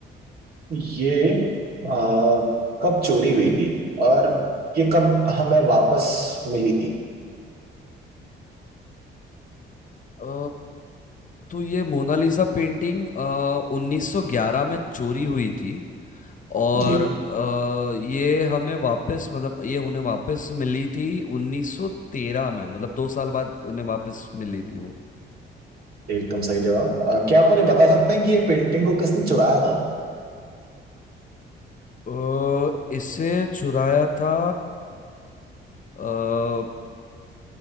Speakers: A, on the right; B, on the left.
A: ये अ, कब चोरी हुई थी और ये कब हमें वापस मिली थी
B: अ, तो ये मोनालिसा पेंटिंग 1911 में चोरी हुई थी और
A: जी
B: अ, ये हमें वापस मतलब ये उन्हें वापस मिली थी 1913 में मतलब दो साल बाद उन्हें वापस मिली थी वो
A: एकदम सही जवाब अ, क्या आप मुझे बता सकते हैं कि ये पेंटिंग को किसने चुराया था
B: अ, इसे चुराया था अ,